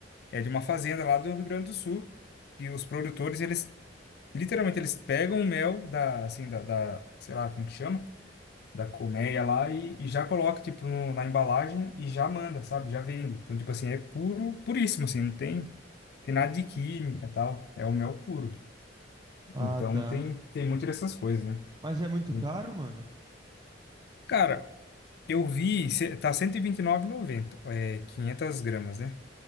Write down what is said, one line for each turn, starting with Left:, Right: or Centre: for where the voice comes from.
Left: É de uma fazenda lá do Rio Grande do Sul que os produtores eles Literalmente, eles pegam o mel da, assim, da, da, sei lá como que chama, da colmeia lá e, e já coloca, tipo, no- na embalagem e já manda, sabe? Já vende. Então, tipo assim, é puro, puríssimo, assim, não tem, tem nada de química tal. É o mel puro.
Right: Ah,
Left: Então,
Right: tá.
Left: tem, tem muito dessas coisas, né?
Right: Mas é muito
Left: E,
Right: caro, mano?
Left: cara, eu vi, cê- tá cento e vinte e nove e noventa é 500 gramas, né?